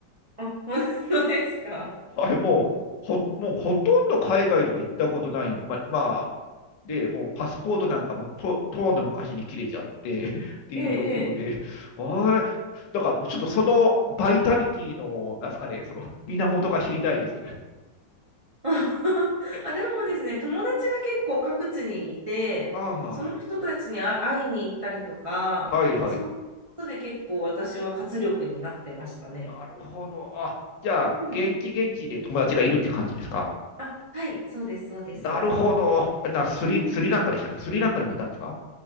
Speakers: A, on the right (about 55°); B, on the left (about 75°).
A: あ、本当ですか。
B: はい、もう、ほ、もうほとんど海外とか行ったことないんで、まあ、まあ、で、
A: うん
B: もうパスポートなんかもと、とうの昔に切れちゃって <laughs> っていう状況で、
A: ええ、ええ。
B: はい、だからもうちょっとそのバイタリティの、なんすかね、その源が知りたいです。
A: <laughs>
B: え、
A: あ、でもですね、友達が結構各地にいて、
B: はあ、は
A: その人たちにあ会いに行ったりとか、
B: あ、はいはい。
A: そういうことで結構私は活力になってましたね。
B: なるほど。あ、じゃあ、
A: うん。
B: 現地現地で友達がいるって感じですか。
A: あ、はい、そうです、そうです。
B: なるほど。な、スリ、
A: うん。
B: スリランカでしたっけスリランカでもいたんですか